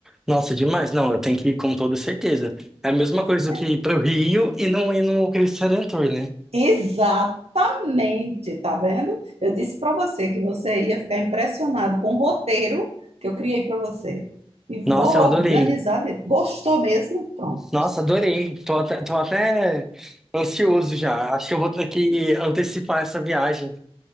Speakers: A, in the centre; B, on the right.
A: Nossa, demais. Não, eu tenho que ir com toda certeza. É a mesma coisa
B: É
A: do que ir para o Rio e não ir no Cristo Redentor, né?
B: Exatamente, tá vendo? Eu disse para você que você ia ficar impressionado com o roteiro que eu criei para você. E vou
A: Nossa,
B: organizar.
A: eu adorei.
B: de- Gostou mesmo? Pronto.
A: Nossa, adorei. Tô até, tô até ansioso já. Acho que eu vou ter que antecipar essa viagem.